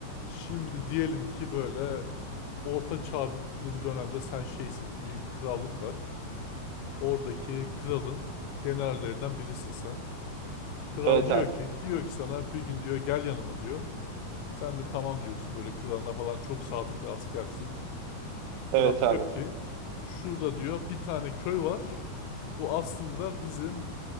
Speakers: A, on the left; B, on the right.
A: Şimdi diyelim ki böyle orta çağlı bir dönemde sen şeysin. Büyük bir krallık var. Oradaki kralın generallerinden birisin sen. Kral
B: Evet
A: diyor
B: abi.
A: ki diyor ki sana bir gün diyor gel yanıma diyor. Sen de tamam diyorsun böyle kralına falan çok sadık bir askersin. Kral
B: Evet abi.
A: diyor ki şurada diyor bir tane köy var. Bu aslında bizim